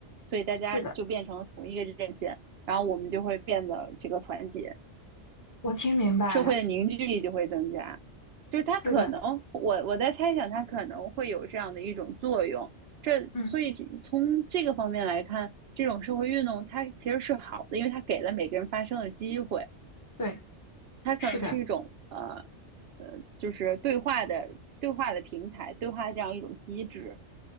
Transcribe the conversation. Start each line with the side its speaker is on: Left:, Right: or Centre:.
Right: 所以大家就变成了同一个阵线，
Left: 是的，
Right: 然后我们就会变得这个团结。
Left: 我听明白了，
Right: 社会的凝聚力就会增加。就是它可能，
Left: 是的，
Right: 我我在猜想，它可能会有这样的一种作用。这所以从这个方面来看，
Left: 嗯，
Right: 这种社会运动它其实是好的，因为它给了每个人发声的机会，
Left: 对，
Right: 它可能是一种呃
Left: 是的，
Right: 呃，就是对话的对话的平台，对话这样一种机制。